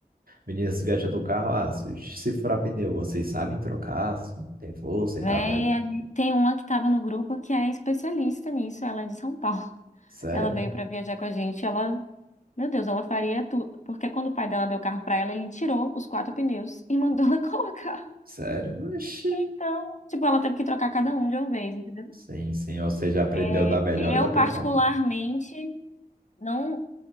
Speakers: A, on the right; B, on the left.
A: meninas viajando no carro, ah, se, se furar pneu, vocês sabem trocar, se tem força
B: Véi,
A: e tal, pra...
B: a gente- tem uma que estava no grupo que é especialista nisso, ela é de São Paulo.
A: Sério?
B: Ela veio pra viajar com a gente, ela, meu Deus, ela faria tudo, porque quando o pai dela deu o carro pra ela, ele tirou os quatro pneus e mandou ela <laughs> colocar.
A: Sério? Oxi.
B: Então, tipo, ela teve que trocar cada um de uma vez, entendeu?
A: Sim, sim, ou seja, aprendeu
B: É,
A: da melhor e da
B: eu
A: pior
B: particularmente
A: forma.
B: não,